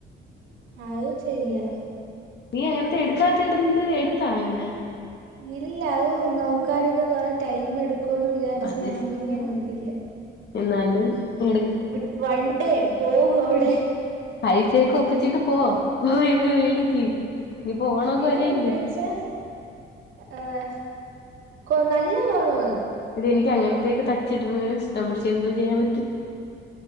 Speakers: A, on the right (about 85°); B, on the left (about 60°).
A: അവ് ശെരിയാ
B: നീ അങ്ങനത്തെ എടുക്കാത്ത ഇടണത് എടുത്താ അങ്ങനെ
A: ഇല്ല അത് നോക്കാനൊക്കെ കൊറെ ടൈമെടുക്കുന്ന് വിചാരിച്ച്
B: അത്
A: ഞാൻ
B: ശരി
A: പിന്നെ നോക്കിലാ
B: എന്നാലും എടു
A: വിട്ട് വണ്ടി പോകും അവടെ
B: പൈസെക്കെ ഒപ്പിച്ചിട്ട് പോ പോയിങ്ങ് വേടിക്ക് നിപ്പോ ഓണക്കെ
A: ഏഹ്
B: വര്യല്ലേ
A: എന്ന് വെച്ചാ ഏഹ് കൊ നല്ല കൊറവ്
B: എടി എനിക്ക് അങ്ങനത്തേക്ക് തച്ചിടണതാ ഇഷ്ട്ടം പഷേ എന്തോ ചെയ്യാൻ പറ്റും